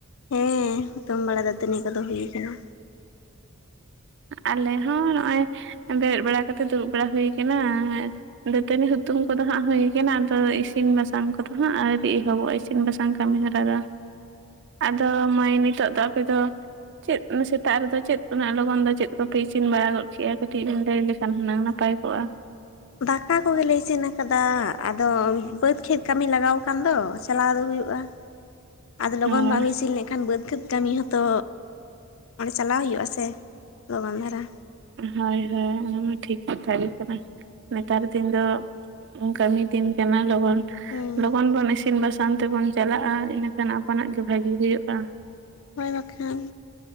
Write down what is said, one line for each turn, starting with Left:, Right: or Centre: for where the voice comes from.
Left: ᱦᱮᱸ ᱦᱩᱛᱩᱢ ᱵᱟᱲᱟ ᱫᱟᱹᱛᱟᱹᱱᱤ ᱠᱚᱫᱚ ᱦᱩᱭᱩ ᱟᱠᱟᱱᱟ᱾
Right: ᱟᱞᱮ ᱦᱚᱸ ᱱᱚᱜᱼᱚᱭ ᱵᱮᱨᱮᱫ ᱵᱟᱲᱟ ᱠᱟᱛᱮ ᱫᱩᱲᱩᱵ ᱵᱟᱲᱟ ᱦᱩᱭ ᱠᱟᱱᱟ᱾ ᱫᱟᱹᱛᱟᱹᱱᱤ ᱦᱩᱛᱩᱢ ᱠᱚᱫᱚ ᱦᱟᱸᱜ ᱦᱩᱭ ᱠᱟᱱᱟ᱾ ᱟᱫᱚ ᱤᱥᱤᱱ ᱵᱟᱥᱟᱝ ᱠᱚᱫᱚ ᱦᱟᱸᱜ ᱟᱨᱦᱚᱵᱚᱜᱼᱟ ᱤᱥᱤᱱ ᱥᱤᱱ ᱵᱟᱥᱟᱝ ᱠᱟᱹᱢᱤ ᱦᱚᱨᱟᱫᱚ ᱟᱫᱚ ᱢᱟᱹᱭ ᱱᱤᱛᱚᱜ ᱫᱚ ᱟᱯᱮᱫ ᱫᱚ ᱪᱮᱫ ᱥᱮᱛᱟᱜ ᱨᱮᱫᱚ ᱪᱮᱫ ᱩ ᱞᱚᱜᱚᱱ ᱫᱚ ᱪᱮᱫ ᱠᱚᱯᱮ ᱤᱥᱤᱱ ᱵᱟᱲᱟ ᱜᱚᱫ ᱠᱮᱜᱼᱟ ᱠᱟᱹᱴᱤᱡ ᱵᱤᱱ ᱞᱟᱹᱭ ᱞᱮᱠᱷᱟᱱ ᱦᱩᱱᱟᱹᱝ ᱱᱟᱯᱟᱭ ᱠᱚᱜᱼᱟ?
Left: ᱫᱟᱠᱟ ᱠᱚᱜᱮᱞᱮ ᱤᱥᱤᱱ ᱟᱠᱟᱫᱟ ᱟᱫᱚ ᱵᱟᱹᱫᱽ ᱠᱷᱮᱛ ᱠᱟᱹᱢᱤ ᱞᱟᱜᱟᱣ ᱠᱟᱱ ᱫᱚ ᱪᱟᱞᱟᱣ ᱫᱚ ᱦᱩᱭᱩᱜᱼᱟ᱾ ᱟᱫᱚ ᱞᱚᱜᱚᱱ
Right: ᱦᱳᱭ
Left: ᱵᱟᱢ ᱤᱥᱤᱱ ᱞᱮᱠᱷᱟᱱ ᱵᱟᱹᱫᱽ ᱠᱷᱮᱫᱽ ᱠᱟᱹᱢᱤ ᱦᱚᱸᱛᱚ ᱚᱸᱰᱮ ᱪᱟᱞᱟᱣ ᱦᱩᱭᱩᱜᱼᱟ ᱥᱮ ᱞᱚᱜᱚᱱ ᱫᱷᱟᱨᱟ᱾
Right: ᱦᱳᱭ ᱦᱳᱭ ᱚᱱᱟᱢᱟ ᱴᱷᱤᱠ ᱠᱟᱛᱷᱟ ᱜᱮ ᱠᱟᱱᱟ ᱱᱮᱛᱟᱨ ᱫᱤᱱ ᱫᱚ ᱠᱟᱹᱢᱤ ᱛᱤᱱ ᱠᱟᱱᱟ ᱞᱚᱱ
Left: ᱦᱮᱸ
Right: ᱞᱚᱜᱚᱱ ᱵᱚᱱ ᱤᱥᱤᱱ ᱵᱟᱥ ᱥᱟᱶ ᱛᱮᱵᱚᱱ ᱪᱟᱞᱟᱜᱼᱟ, ᱤᱱᱟᱹᱠᱷᱟᱱ ᱟᱯᱚᱱᱟᱜ ᱜᱮ ᱵᱷᱟᱜᱤ ᱦᱩᱭᱩᱜᱼᱟ᱾
Left: ᱦᱳᱭ ᱵᱟᱠᱷᱟᱱ,